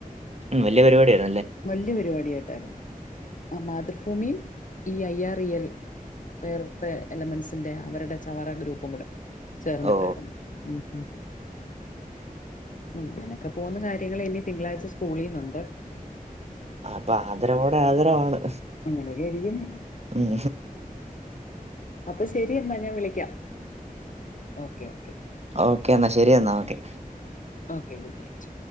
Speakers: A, on the right; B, on the left.
A: ഉം വല്യ പരുപാടിയാരു
B: വല്യ പരിപാടിയായ്ട്ടായിരുന്നു ആ മാതൃ ഭൂമീം ഈ ഐ ആൻ ഇ എൽ വേർത്തെ എലമെൻസിന്റെ അവര്ടെ ചവറ ഗ്രൂപ്പും കൂടെ ചേർന്നിട്ടായിരുന്നു
A: ഓ
B: ഉം ഉം ഉം നെന <unintelligible> പോവ്ന്ന കാര്യങ്ങളിനി തിങ്കളാഴ്ച സ്‌ക്കൂ കൂളിന്നുണ്ട്
A: അപ്പൊ ആദരവോടെ ആദരവാണ്
B: അങ്ങനെയൊക്കെ ഇരിക്കുന്നു
A: ഉം
B: അപ്പം ശരിയെന്നാ ഞാൻ വിളിക്കാം ഓക്കെ ഓക്കെ
A: ഓക്കേ എന്നാ ശരി എന്നാ ഓക്കെ
B: ഓക്കെ ഗുഡ് നൈറ്റ്